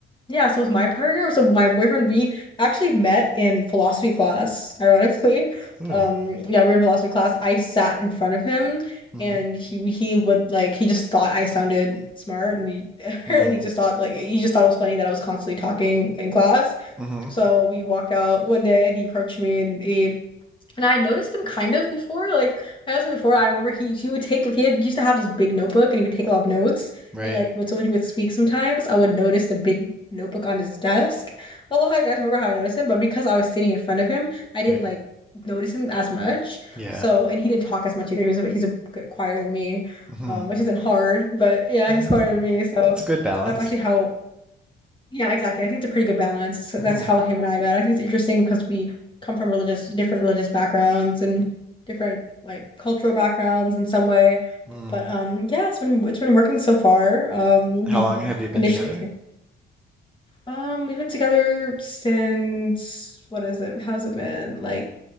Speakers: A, on the left (about 25°); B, in the centre.
A: yeah, so with my partner, so my boyfriend, we actually met in philosophy class, ironically.
B: Ooh.
A: Um, yeah, we were in philosophy class. I sat in front of him
B: Mm-hmm.
A: and he he would like he just thought I sounded smart and he <laughs>
B: Mm,
A: and he just thought like he just thought it was funny that I was constantly talking in class.
B: hmm
A: So we walked out one day and he approached me and he and I noticed him kind of before. Like I noticed him before. I remember he he would take like he, had, he used to have this big notebook and he would take a lot of notes.
B: Right.
A: And like when someone he would speak sometimes, I would notice the big notebook on his desk. A lot. I guys remember how I noticed him, but because I was sitting in front of him, I didn't
B: Right.
A: like notice him as much.
B: Yeah.
A: So and he didn't talk as much either. He was a, he's a good quieter than me,
B: Mm-hmm.
A: um, which isn't hard, but yeah,
B: Eh,
A: he's quieter than me. So
B: that's a good balance.
A: that's actually how yeah, exactly. I think it's a pretty good balance. So
B: Mm-hmm.
A: that's how him and I met. I think it's interesting because we come from religious, different religious backgrounds and different like cultural backgrounds in some way.
B: Mm.
A: But um, yeah, it's been it's been working so far. Um,
B: How
A: we
B: long
A: we
B: have you been
A: initially
B: together?
A: um we've been together since what is it? How's it been? Like